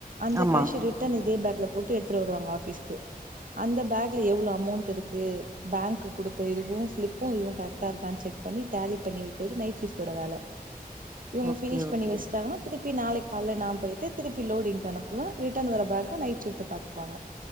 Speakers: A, on the right (about 60°); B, on the right (about 20°).
A: அந்த
B: ஆமா
A: கேஷ்ச ரிட்டர்ன் இதே பேக்ல போட்டு எடுத்துட் வருவாங்க ஆபீஸ்கு அந்த பேக்ல எவ்ளோ அமௌண்ட் இருக்கு பேங்க் குடுத்த இதுவு ஸ்லிப்பு இதுவு கரெக்டா இருக்கான்னு செக் பண்ணி டேலி பண்ணி வைக்கிறது நைட் ஷிப்டோட வேல இவுங்க
B: ஓகே
A: ஃபினிஷ் பண்ணி
B: ஓகே
A: வச்சிட்டாங்கனா திருப்பி நாளைக் காலைல நா போயிட்டு திருப்பி லோடிங்கு அனுப்புவே ரிட்டன் வர பேக நைட் ஷிப்டு பாத்துப்பாங்க